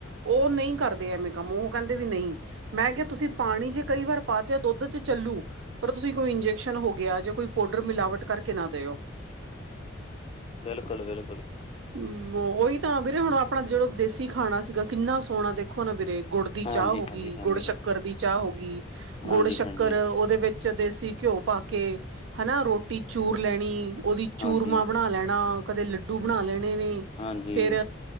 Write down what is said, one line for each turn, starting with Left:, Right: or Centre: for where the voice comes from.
Right: ਉਹ ਨਹੀਂ ਕਰਦੇ ਐਵੇਂ ਕੰਮ ਉਹ ਕਹਿੰਦੇ ਵੀ ਨਹੀਂ। ਮੈਂ ਕਿਹਾ ਤੁਸੀਂ ਪਾਣੀ ਜੇ ਕਈ ਵਾਰ ਪਾਚ ਦੁੱਧ ਚ ਚੱਲੂ ਪਰ ਤੁਸੀਂ ਕੋਈ ਇੰਜੈਕਸ਼ਨ ਹੋ ਗਿਆ ਜੇ ਕੋਈ ਪੋਡਰ ਮਿਲਾਵਟ ਕਰਕੇ ਨਾ ਦਿਓ।
Left: ਬਿਲਕੁਲ ਬਿਲਕੁਲ।
Right: ਹਮ ਉਹੀ ਤਾਂ ਵੀਰੇ ਹੁਣ ਆਪਣਾ ਜਿਹੜਾ ਦੇਸੀ ਖਾਣਾ ਸੀਗਾ ਕਿੰਨਾ ਸੋਹਣਾ ਦੇਖੋ ਨਾ ਵੀਰੇ ਗੁੜ ਦੀ
Left: ਹਾਂਜੀ-ਹਾਂਜੀ,
Right: ਚਾਹ ਹੋ ਗਈ,
Left: ਹਾਂਜੀ।
Right: ਗੁੜ ਸ਼ੱਕਰ ਦੀ ਚਾਹ ਹੋ ਗਈ, ਗੁੜ
Left: ਹਾਂਜੀ-ਹਾਂਜੀ,
Right: ਸ਼ੱਕਰ
Left: ਹਾਂਜੀ। ਹਾਂਜੀ, ਹਾਂਜੀ,
Right: ਉਹਦੇ ਵਿੱਚ ਚ ਦੇਸੀ ਘਿਓ ਪਾ ਕੇ ਹਨਾ ਰੋਟੀ ਚੂਰ ਲੈਣੀ ਉਹਦੀ ਚੂਰਮਾ
Left: ਹਾਂਜੀ
Right: ਬਣਾ ਲੈਣਾ, ਕਦੇ ਲੱਡੂ ਬਣਾ ਲੈਣੇ ਨੇ।
Left: ਹਾਂਜੀ,
Right: ਫਿਰ